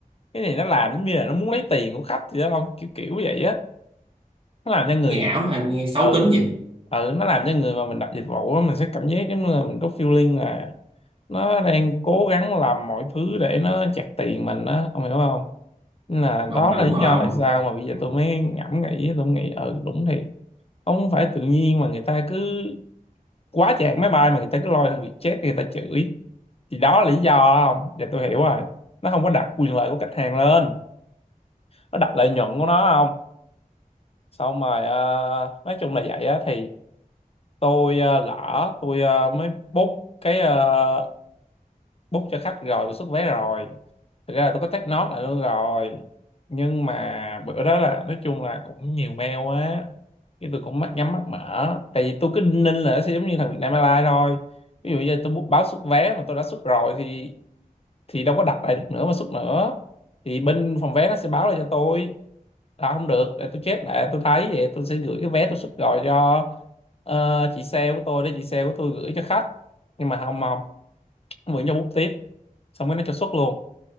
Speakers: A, on the left (about 40°); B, on the right (about 40°).
A: cái này nó làm giống như là nó muốn lấy tiền của khách vậy đó không kiểu kiểu vậy á nó làm cho người
B: nghe ảo hả nghe xấu
A: ờ
B: tính vậy
A: ừ, nó làm cho người mà mình đặt dịch vụ á mình sẽ cảm giác giống như là mình có feeling là nó đang cố gắng làm mọi thứ để nó chặt tiền mình á ông hiểu không nên là
B: không
A: đó
B: mà đúng
A: là lý
B: rồi
A: do
B: ông
A: tại sao mà bây giờ
B: ừ.
A: tôi mới ngẫm nghĩ tôi nghĩ ừ đúng thiệt không phải tự nhiên mà người ta cứ quá chạc máy bay mà người ta cứ lôi thằng Vietjet người ta chửi thì đó là lý do đó không để tôi hiểu rồi nó không có đặt quyền lợi của khách hàng lên nó đặt lợi nhuận của nó không xong rồi ờ, nói chung là vậy á thì tôi ờ, lỡ tôi ờ, mới book cái ờ, book cho khách rồi tôi xuất vé rồi thực ra là tôi có take note lại luôn rồi nhưng mà bữa đó là nói chung là cũng nhiều mail quá cái tôi cũng mắt nhắm mắt mở tại vì tôi cứ đinh ninh là nó sẽ giống như thằng Vietnam Airlines thôi ví dụ như tôi book báo xuất vé mà tôi đã xuất rồi thì thì đâu có đặt lại được nữa mà xuất nữa thì bên phòng vé nó sẽ báo lại cho tôi là không được để tôi chết lại tôi thấy vậy tôi sẽ gửi cái vé tôi xuất gọi cho ờ, chị sale của tôi để chị sale của tôi gửi cho khách nhưng mà không mong vẫn cho bút tiếp xong cái nó cho xuất luôn